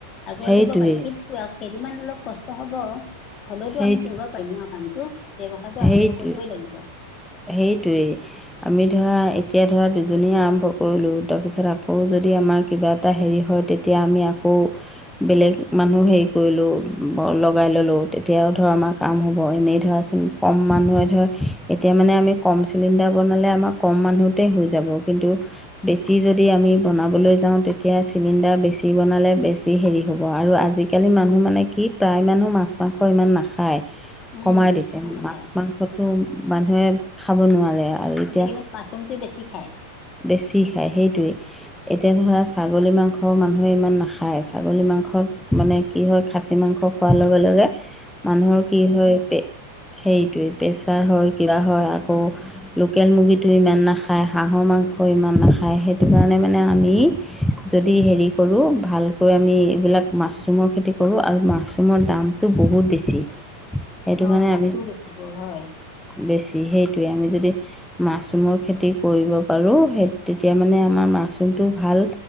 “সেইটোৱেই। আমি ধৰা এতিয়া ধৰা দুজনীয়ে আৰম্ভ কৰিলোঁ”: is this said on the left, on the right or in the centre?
Centre